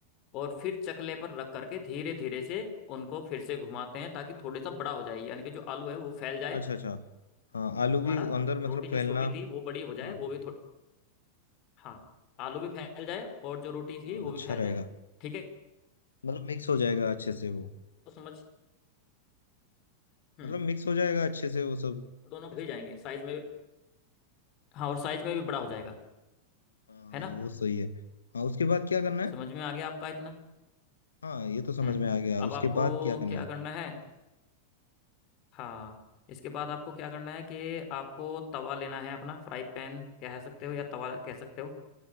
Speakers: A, on the left; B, on the left.
A: और फिर चकले पर रख करके धीरे धीरे से उनको फिर से घुमाते हैं ताकि थोड़े सा बड़ा हो जाए यानी कि जो आलू है वो फैल जाए
B: अच्छा अच्छा हाँ आलू भी
A: हमारा
B: अंदर मतलब
A: रोटी जो
B: फैलना
A: छोटी थी वो बड़ी हो जाए
B: हाँ
A: वो भी थोड़ी हाँ आलू भी फैल जाए और जो रोटी थी
B: हाँ
A: वो
B: अच्छा
A: भी फैल
B: रहेगा
A: जाए ठीक है
B: मतलब मिक्स हो जाएगा अच्छे से वो
A: तो समझ हम्म
B: मतलब मिक्स हो जाएगा अच्छे से वो सब
A: दोनों भी जाएंगे साइज में हाँ और साइज में भी बड़ा हो जाएगा
B: हाँ हाँ,
A: है ना
B: वो सही है हाँ उसके बाद क्या करना है
A: समझ में आ गया आपका इतना
B: हाँ ये तो समझ
A: हम्म
B: में आ गया
A: अब
B: उसके
A: आपको
B: बाद क्या करना
A: क्या
B: है
A: करना है हाँ इसके बाद आपको क्या करना है कि आपको तवा लेना है अपना फ्राई पैन कह सकते हो या तवा कह सकते हो